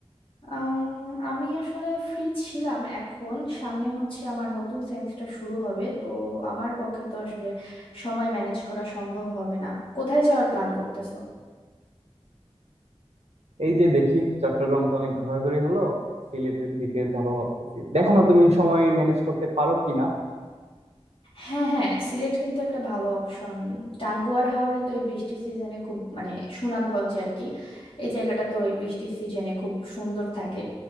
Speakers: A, on the left; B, on the right.
A: আম, আমি আসলে ফ্রি ছিলাম এখন সামনে হচ্ছে আমার নতুন সেমিস্টার শুরু হবে তো আমার পক্ষে তো আসলে সময় ম্যানেজ করা সম্ভব হবে না কোথায় যাওয়ার প্ল্যান করতেছো
B: এই যে দেখি চট্টগ্রাম তো অনেক ঘোরাঘুরি হলো সিলেটের দিকে যাবো ভাবতেছি দেখো না তুমি সময় ম্যানেজ করতে পারো কিনা
A: হ্যাঁ হ্যাঁ সিলেট কিন্তু একটা ভালো অপশন টাঙ্গুয়ার হাওরে তো এই বৃষ্টির সিজনে খুব মানে সুনামগঞ্জে আর কি এই জায়গাটা তো এই বৃষ্টির সিজনে খুব সুন্দর থাকে